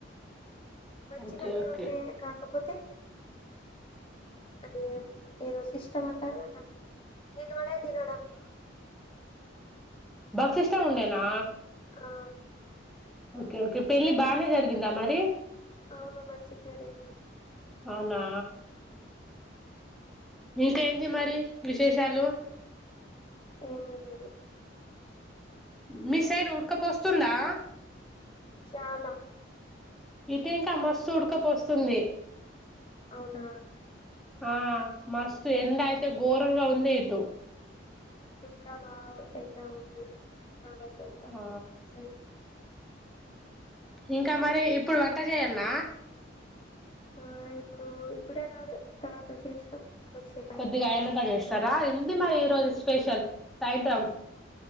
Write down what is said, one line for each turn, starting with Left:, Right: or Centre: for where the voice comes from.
Left: మచ్చిగానే
Centre: ఓకే ఓకే
Left: ఉండే కా కాకపోతే అది ఏదో సిస్టమ్ అంటారు కదా నిల బడె తినడం
Centre: భఫ్సిష్టమ్ ఉండేనా
Left: ఆ
Centre: ఓకే ఓకే పెళ్లి బానే జరిగిందా మరి
Left: అవును మంచిగా జరిగింది
Centre: అవునా ఇంకేంటి మరి విశేషాలు
Left: ఏమీ లేదు
Centre: మీ సైడ్ ఉడకపోస్తుందా
Left: చాలా
Centre: ఇటీ ఇంకా మస్తు ఉడుకపోస్తుంది
Left: అవునా
Centre: ఆ మస్తు ఎండ అయితే ఘోరంగా ఉంది ఇటు
Left: ఇటు కూడా బాగా ఎండా ఉంది నా దగ్గర కూడా
Centre: ఆ
Left: మా సైడ్
Centre: ఇంకా మరి ఇప్పుడు వంట చేయల్ల
Left: ఆ ఇప్పుడు ఇప్పుడే కాదు తర్వాత చేస్తాం కొద్దిసేపు అయినంక
Centre: కొద్దిగా అయినట
Left: చేస్తాం
Centre: చేస్తారా ఎంది మరి ఈ రోజు స్పెషల్ సాయంత్రం